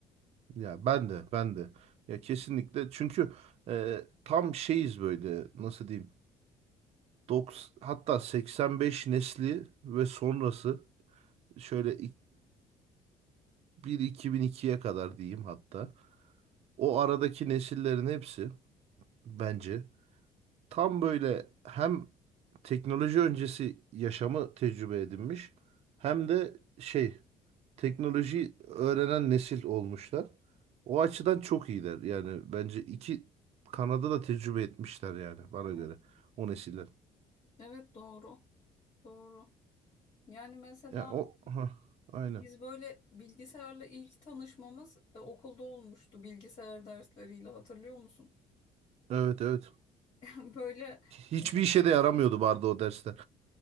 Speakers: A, on the right; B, on the left.
A: Ya ben de ben de ya kesinlikle çünkü e, tam şeyiz böyle nasıl diyeyim 90, hatta 85 nesli ve sonrası şöyle 2001-2002'ye kadar diyeyim hatta o aradaki nesillerin hepsi bence tam böyle hem teknoloji öncesi yaşamı tecrübe edinmiş hem de şey teknoloji öğrenen nesil olmuşlar. O açıdan çok iyiler. Yani bence iki Kanada da tecrübe etmişler yani bana göre
B: Evet
A: o nesiller.
B: Evet, doğru. Doğru. Yani mesela
A: Ya o ha aynen.
B: biz böyle bilgisayarla ilk tanışmamız e, okulda olmuştu bilgisayar dersleriyle hatırlıyor musun?
A: Evet evet.
B: <laughs> Böyle
A: Hiçbir
B: e,
A: işe de yaramıyordu vardı o dersler.